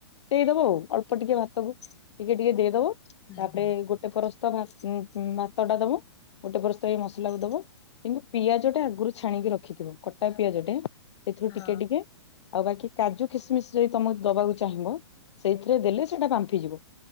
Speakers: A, on the left (about 75°); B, on the left (about 25°).
A: ଦେଇଦବ ଆଉ। ଅଳ୍ପ ଟିକେ ଭାତକୁ ଟିକେ ଟିକେ ଦେଇଦବ। ତାପରେ
B: ହୁଁ ହୁଁ
A: ଗୋଟେ ଫରସ୍ତ ଭା ଉଁ ଙ୍କୁ ଙ୍କୁ ଭାତଟା ଦବ। ଗୋଟେ ପରସ୍ତ ଏଇ ମସଲାକୁ ଦବ କିନ୍ତୁ ପିଆଜ ଟା ଆଗରୁ ଛାଣିକି ରଖିଥିବ କ କଟା ପିଆଜ ଟେ ସେଥିରୁ
B: ହଁ
A: ଟିକେ ଟିକେ ଆଉ ବାକି କାଜୁ ଖୀସମିସ ଯଦି ତମେ ଦବାକୁ ଚାହିଁବ ସେଇଥିରେ ଦେଲେ ସେଇଟା ବାମ୍ପିଯିବ।